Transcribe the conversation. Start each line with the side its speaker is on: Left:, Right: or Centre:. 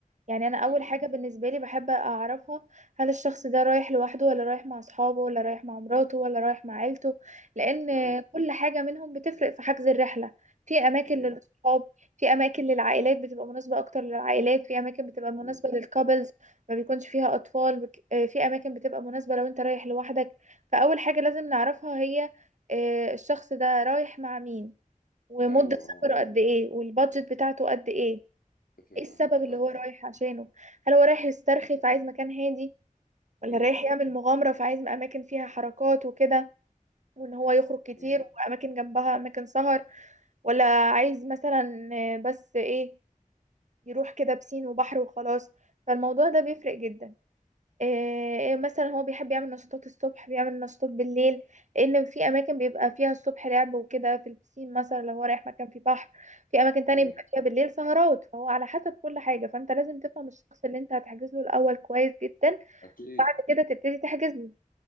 Right: يعني انا اول
Left: حلو
Right: حاجة بالنسبة لي بحب اعرفها هل الشخص ده رايح لوحده ولا رايح مع اصحابه ولا رايح مع مراته ولا رايح مع عيلته لان
Left: حلو
Right: كل حاجة منهم بتفرق في حجز الرحلة في اماكن
Left: مم.
Right: للاصحاب في اماكن للعائلات بتبقى مناسبة اكتر للعائلات في اماكن بتبقى مناسبة
Left: مم.
Right: للكابلز ما بيكونش فيها اطفال بك- آه، في اماكن بتبقى مناسبة لو انت رايح لوحدك فاول حاجة لازم نعرفها هي آه، الشخص ده رايح مع مين ومدة
Left: حلو
Right: سفره
Left: اه
Right: قد ايه والبادجت بتاعته قد ايه
Left: اتفق معاك
Right: ايه السبب
Left: فعلا
Right: اللي هو رايح عشانه هل هو رايح يسترخي فعايز مكان هادي ولا
Left: مم.
Right: رايح يعمل مغامرة فعايز أماكن فيها حركات وكده وإن هو يخرج كتير
Left: مم.
Right: وأماكن جنبها أماكن سهر ولا عايز مثلا آه، بس إيه يروح كده بسين وبحر وخلاص فالموضوع ده بيفرق جدا إيه مثلا هو بيحب يعمل نشاطات الصبح بيعمل نشاطات بالليل لان في اماكن بيبقى فيها الصبح لعب وكده في البسين مثلا لو هو رايح مكان فيه بحر في اماكن تانية
Left: مم.
Right: بيبقى فيها بالليل سهرات فهو على حسب كل حاجة فانت لازم تفهم الشخص اللي انت هتحجز له الاول كويس جدا
Left: اكيد
Right: بعد كده تبتدي تحجز له